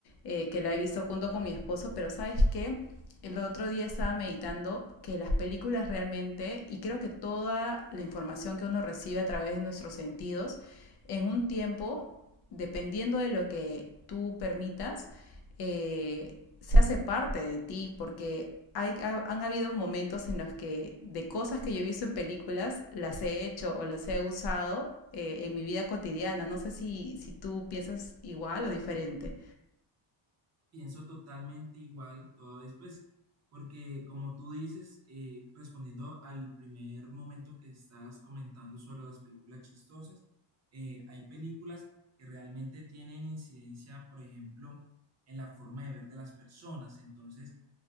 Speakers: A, on the left; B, on the right.
A: eh, que la he visto junto con mi esposo, pero sabes qué, el otro día estaba meditando que las películas realmente, y creo que toda la información que uno recibe a través de nuestros sentidos, en un tiempo dependiendo de lo que tú permitas, eh, se hace parte de ti, porque hay, ha, han habido momentos en los que de cosas que yo he visto en películas, las he hecho o las he usado eh, en mi vida cotidiana. No sé si, si tú piensas igual o diferente.
B: Pienso totalmente igual, toda vez pues, porque como tú dices, eh, respondiendo al primer momento que estás comentando sobre las películas chistosas, eh, hay películas que realmente tienen incidencia, por ejemplo, en la forma de ver de las personas. Entonces,